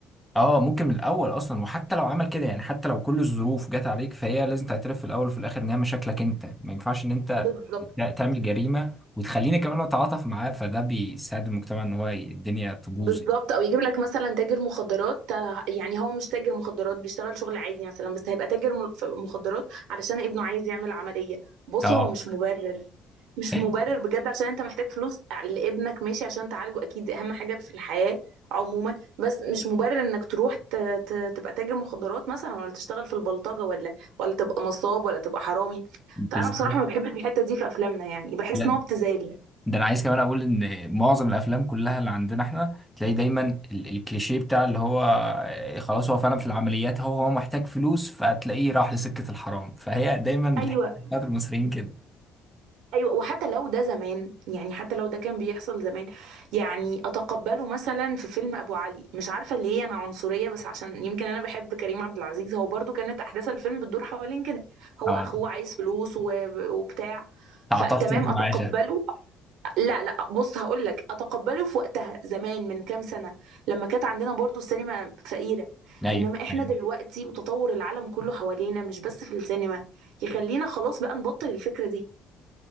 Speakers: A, in the centre; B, on the right.
A: اه ممكن من الاول اصلا وحتى لو عمل كده يعني حتى لو كل الظروف جت عليك فهي لازم تعترف في الاول وفي الاخر ان هي مشاكلك انت ما ينفعش ان انت
B: بالظبط
A: ت- تعمل جريمه وتخليني كمان اتعاطف معاه فده بيساعد المجتمع ان هو ي- الدنيا تبوظ
B: بالظبط
A: يعني.
B: او يجيب لك مثلا تاجر مخدرات آه، يعني هو مش تاجر مخدرات بيشتغل شغل عادي مثلا بس هيبقى تاجر م- ف- مخدرات علشان ابنه عايز يعمل عملية بص
A: اه
B: هو مش مبرر مش
A: <laughs>
B: مبرر بجد عشان انت محتاج فلوس لابنك ماشي عشان تعالجه اكيد دي اهم حاجة في الحياة عموما بس مش مبرر انك تروح ت... ت... تبقى تاجر مخدرات مثلا ولا تشتغل في البلطجة ولا ولا تبقى نصاب ولا تبقى حرامي
A: بالظبط
B: فانا بصراحة ما بحبش الحتة دي في افلامنا يعني بحس
A: لا
B: ان هو ابتذال
A: ده انا عايز كمان اقول ان معظم الافلام كلها اللي عندنا احنا تلاقي دايما ال- الكليشيه بتاع اللي هو آه، خلاص هو فعلا في العمليات هو هو محتاج فلوس فتلاقيه راح لسكة الحرام فهي دايما الحكايه
B: ايوه
A: بتاعت المصريين كده
B: ايوه وحتى لو ده زمان يعني حتى لو ده كان بيحصل زمان يعني اتقبله مثلا في فيلم ابو علي مش عارفه ليه انا عنصريه بس عشان يمكن انا بحب كريم عبد العزيز هو برضو كانت احداث الفيلم بتدور حوالين كده
A: اه
B: هو اخوه عايز فلوس و- وبتاع
A: تعاطفت
B: فتمام
A: انت معايا
B: اتقبله
A: شهد
B: لا لا بص هقول لك اتقبله في وقتها زمان من كام سنه لما كانت عندنا برضو السينما فقيره
A: ايوه
B: انما احنا
A: أيوة.
B: دلوقتي وتطور العالم كله حوالينا مش بس في السينما يخلينا خلاص بقى نبطل الفكره دي